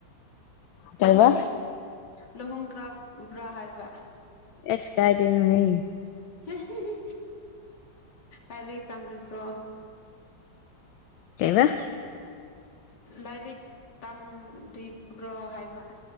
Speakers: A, on the left; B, on the left.
A: ꯀꯩꯕ
B: ꯂꯨꯍꯣꯡꯈ꯭ꯔꯕ꯭ꯔꯥ ꯍꯥꯏꯕ
A: ꯏꯁ ꯀꯥꯏꯗꯩꯅꯣꯍꯦ
B: ꯍꯤꯍꯤꯍꯤ ꯑꯥꯏꯔꯤꯛ ꯇꯝꯗꯔꯤꯕ꯭ꯔꯣ
A: ꯀꯩꯕꯥ
B: ꯂꯥꯏꯔꯤꯛ ꯇꯝꯗ꯭ꯔꯤꯕ꯭ꯔꯣ ꯍꯥꯏꯕ